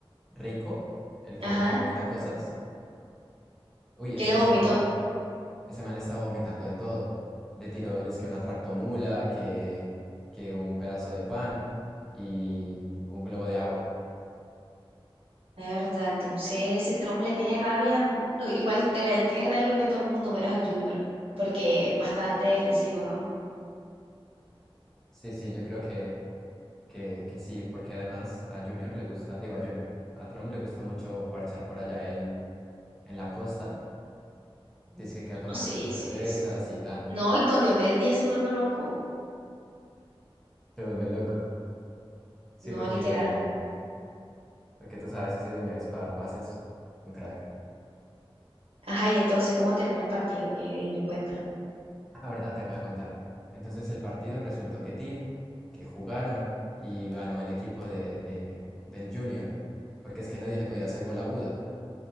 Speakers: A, in the centre; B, on the right.
A: Rico, el que,
B: Ajá.
A: el que vomita cosas. Uy,
B: Que
A: ese,
B: le vomitó.
A: ese man, ese man le estaba vomitando de todo. Le tiró, dizque una tractomula, que, que un pedazo de pan y un globo de agua.
B: La verdad, entonces ese Trump le tiene rabia, mm, o igual te le tiene rabia creo que todo el mundo, menos el Junior, porque bastante defensivo, ¿no?
A: Sí, sí, yo creo que, que, que sí, porque además a Junior le gusta, digo a Junior, a Trump le gusta mucho parchar por allá en la costa, dice que a tomarse
B: Oh, sí,
A: sus cervezas
B: sí, sí.
A: y tan,
B: No, y con Diomedes Díaz se vuelve loco.
A: se vuelve loco. Sí,
B: No,
A: porque,
B: literal.
A: porque tú sabes, ese Diomedes para dar pases un crack.
B: Ajá, y entonces, ¿cómo terminó el partido? Que me cuentan.
A: Ah, verdad, te acabo de contar. Entonces el partido resultó que Tin, que jugaron y ganó el equipo de, de- del Junior, porque es que nadie le podía hacer gol a Buda.